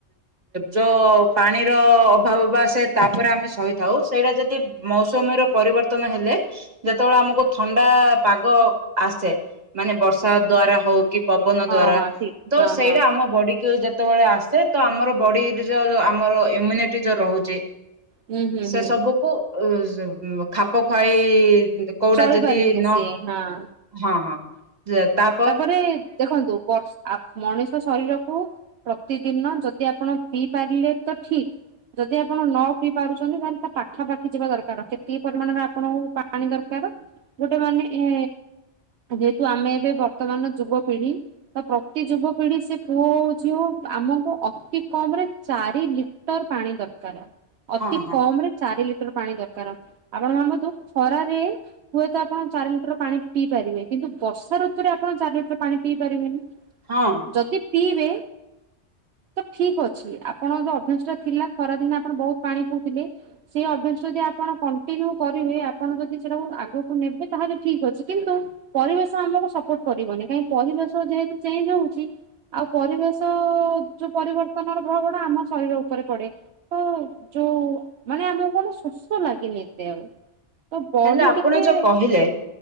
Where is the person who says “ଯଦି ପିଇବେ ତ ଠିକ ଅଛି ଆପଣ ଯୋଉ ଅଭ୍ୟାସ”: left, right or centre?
Right